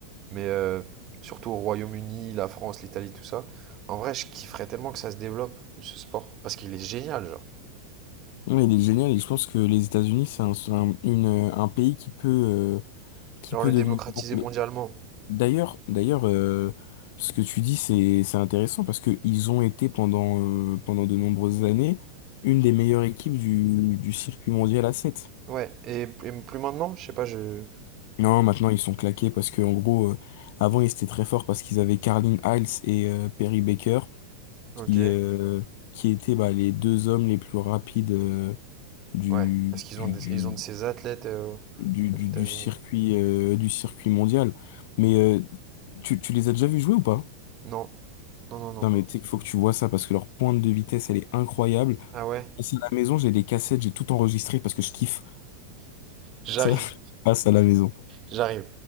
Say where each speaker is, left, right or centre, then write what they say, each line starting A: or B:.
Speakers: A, on the right (about 35°); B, on the left (about 50°).
A: mais euh, surtout au Royaume-Uni, la France, l'Italie, tout ça. En vrai, je kifferais tellement que ça se développe, ce sport, parce qu'il est génial, genre.
B: Oui, il est génial et je pense que les États-Unis, c'est un, un- une, un pays qui peut, euh, qui
A: Genre
B: peut
A: le
B: devenir
A: démocratiser
B: bon. Mais
A: mondialement.
B: d'ailleurs, d'ailleurs, euh, ce que tu dis, c'est, c'est intéressant parce que ils ont été pendant, euh, pendant de nombreuses années une des meilleures équipes du, du circuit mondial à sept
A: Ouais, et, et plus maintenant, je sais pas, je...
B: Non, maintenant ils sont claqués parce que en gros, euh, avant ils étaient très forts parce qu'ils avaient Carlin Hiles et euh, Perry Baker
A: Ok,
B: qui, euh, qui étaient bah, les deux hommes les plus rapides euh, du,
A: ouais. parce qu'ils
B: du,
A: ont, des- ils ont de ces athlètes euh,
B: du,
A: aux
B: du,
A: États-Unis?
B: du circuit, euh, du circuit mondial. Mais euh, tu, tu les as déjà vus jouer ou pas?
A: Non, non, non, non.
B: non mais tu sais qu'il faut que tu vois ça parce que leur pointe de vitesse, elle est incroyable.
A: Ah ouais?
B: Passe à la maison, j'ai des cassettes, j'ai tout enregistré parce que je kiffe.
A: J'arrive,
B: Ça, <laughs> passe à la maison.
A: j'arrive.